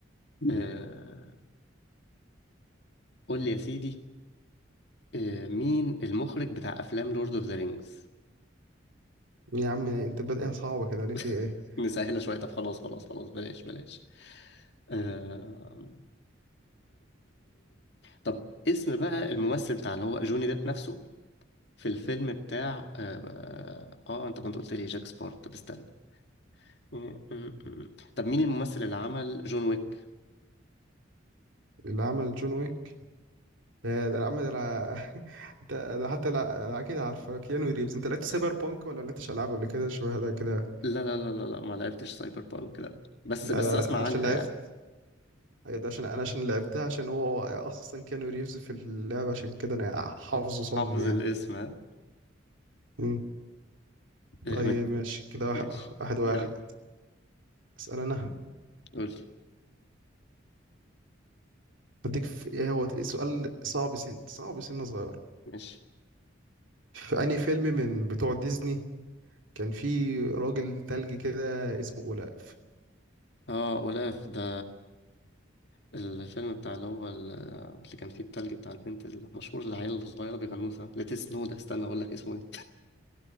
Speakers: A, on the left; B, on the right.
A: أه... قول لي يا سيدي أه... مين المخرج بتاع افلام لورد اوف ذا رينجز
B: يا عم انت بادئها صعبة كده ليه
A: <laughs>
B: في ايه
A: نسهلها شويه طب خلاص خلاص خلاص بلاش بلاش أه... طب اسم بقى الممثل بتاع اللي هو جوني ديب نفسه في الفيلم بتاع اه, آه... آه، آه، انت كنت قلت لي جاك سبارت طب استنى م- م- م. طب مين الممثل اللي عمل جون ويك؟
B: اللي عمل جون ويك يا ده عم ده انا <laughs> انت ده حتى لا اكيد عارفه كيانو ريفز انت لعبت سايبر بانك ولا لعبتش العاب قبل كده شبه ده كده
A: لا لا لا لا لا ما لعبتش سايبر بانك لا بس
B: لا
A: بس
B: لا
A: اسمع
B: لا، عشان
A: عنها
B: لعبت
A: يعني
B: ايوه ده عشان انا عشان لعبتها عشان هو اصلا كانو ريفز في اللعبه عشان كده انا حافظه صم
A: حافظ
B: يعني
A: الاسم ها
B: مم.
A: إيه،
B: طيب
A: من-
B: ماشي كده واحد
A: ماشي
B: واحد واحد
A: يلا
B: اسال انا
A: قول لي
B: بديك في ايه هو سؤال صعب سن صعب سن صغير
A: ماشي
B: في انهي فيلم من بتوع ديزني كان في راجل تلج كده اسمه اولاف
A: اه اولاف ده الفيلم بتاع اللي هو ال- اللي كان فيه التلج بتاع البنت المشهور اللي العيلة الصغيرة بيغنوه ده ليت سنو ده استنى اقول لك اسمه ايه